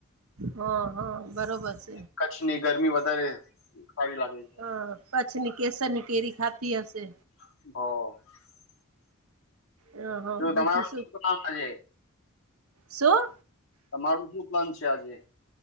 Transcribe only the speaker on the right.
હ હ બરોબર છે
હા કચ્છની કેસની કેરી ખાધી હશે
હ હા
બીજું
શું